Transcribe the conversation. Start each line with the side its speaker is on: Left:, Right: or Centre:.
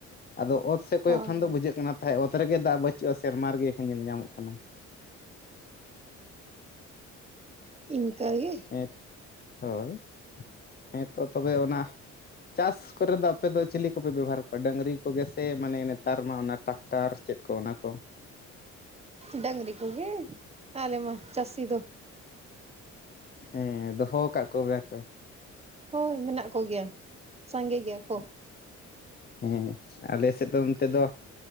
Left: ᱟᱫᱚ ᱚᱛ ᱥᱮᱮᱫ ᱠᱚᱭᱚᱜ
Right: ᱦᱳᱭ
Left: ᱠᱷᱟᱱ ᱫᱚ ᱵᱩᱡᱷᱟᱹᱜ ᱠᱟᱱᱟ ᱛᱟᱦᱮᱸ ᱚᱛ ᱨᱮᱜᱮ ᱫᱟᱜ ᱵᱟᱹᱪᱩᱜᱼᱟ ᱥᱮᱨᱢᱟ ᱨᱮᱜᱮ ᱧᱮᱞ ᱧᱟᱢᱚᱜ ᱠᱟᱱᱟ
Right: ᱤᱱᱠᱟᱹ ᱜᱮ
Left: ᱦᱮᱸ ᱦᱳᱭ ᱦᱮᱸᱛᱚ ᱛᱚᱵᱮ ᱚᱱᱟ ᱪᱟᱥ ᱠᱚᱨᱮ ᱫᱚ ᱟᱯᱮ ᱫᱚ ᱪᱤᱞᱤ ᱠᱚᱯᱮ ᱵᱮᱵᱚᱦᱟᱨ ᱠᱚᱣᱟ ᱰᱟᱹᱝᱨᱤ ᱠᱚᱜᱮ ᱥᱮ ᱢᱟᱱᱮ ᱱᱮᱛᱟᱨ ᱢᱟ ᱚᱱᱟ ᱴᱟᱠᱴᱟᱨ ᱪᱮᱫ ᱠᱚ ᱚᱱᱟᱠᱚ
Right: ᱰᱟᱝᱨᱤ ᱠᱚᱜᱮ ᱟᱞᱮ ᱢᱟ ᱪᱟᱹᱥᱤ ᱫᱚ
Left: ᱦᱮᱸ ᱫᱚᱦᱚ ᱟᱠᱟᱫ ᱠᱚᱜᱮᱭᱟ ᱠᱚ
Right: ᱦᱳᱭ ᱢᱮᱱᱟᱜ ᱠᱚᱜᱮᱭᱟ ᱥᱟᱸᱜᱮ ᱜᱮᱭᱟ ᱠᱚ
Left: ᱦᱮᱸ ᱟᱞᱮ ᱥᱮᱫ ᱫᱚ ᱚᱱᱛᱮ ᱫᱚ